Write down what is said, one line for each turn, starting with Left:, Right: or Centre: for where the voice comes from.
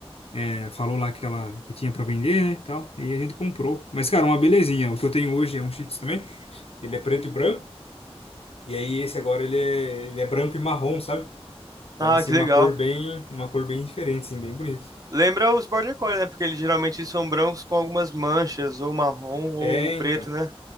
Left: eh, falou lá que ela que tinha para vender, né, tal, e a gente comprou. Mas, cara, uma belezinha. O que eu tenho hoje é um Shih Tzu também, ele é preto e branco, e aí esse agora ele é, ele é branco e marrom, sabe? Então,
Right: Ah,
Left: assim,
Right: que
Left: uma
Right: legal.
Left: cor bem, uma cor bem diferente, assim, bem bonita.
Right: Lembra os Border Collie, né? Porque eles geralmente são brancos com algumas manchas, ou marrom, ou
Left: É,
Right: preto,
Left: então.
Right: né?